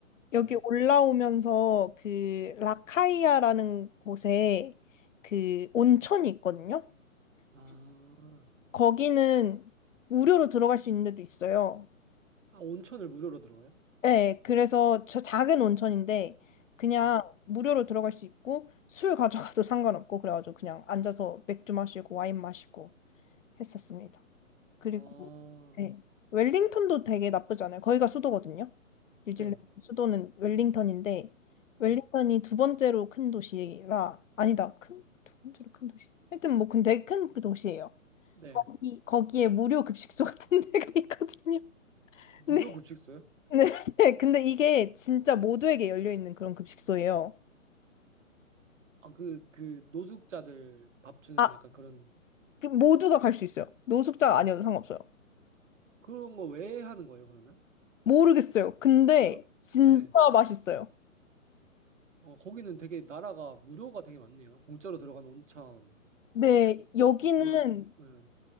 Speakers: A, on the left; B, on the right.
A: 여기
B: 네.
A: 올라오면서 그 라카이아라는 곳에 그 온천이
B: 음.
A: 있거든요.
B: 아,
A: 거기는 무료로 들어갈 수 있는 데도 있어요.
B: 아, 온천을 무료로 들어가요?
A: 네, 그래서 저 작은 온천인데 그냥
B: 네.
A: 무료로 들어갈 수 있고 술 가져가도 <laughs> 상관없고 그래가지고 그냥 앉아서 맥주 마시고 와인 마시고 했었습니다. 그리고
B: 아,
A: 네. 웰링턴도 되게 나쁘지 않아요. 거기가 수도거든요. 뉴질랜드
B: 네.
A: 수도는 웰링턴인데
B: 네.
A: 웰링턴이 두 번째로 큰 도시라 아니다. 큰 두 번째로 큰 도시. 하여튼 뭐 근데 큰 그 도시예요.
B: 네.
A: 거기 거기에 무료 급식소 <laughs> 같은 데가 있거든요.
B: 무료
A: 네.
B: 급식소요?
A: 네. <laughs> 근데 이게 진짜 모두에게 열려 있는 그런 급식소예요.
B: 아, 그, 그, 노숙자들 밥 주는
A: 아,
B: 약간 그런,
A: 그 모두가 갈 수 있어요. 노숙자가 아니어도 상관없어요.
B: 그런 거 왜 하는 거예요, 그러면?
A: 모르겠어요. 근데
B: 어,
A: 진짜
B: 예.
A: 맛있어요.
B: 어, 거기는 되게 나라가 무료가 되게 많네요. 공짜로 들어가는 온천,
A: 네, 여기는
B: 무료로, 예.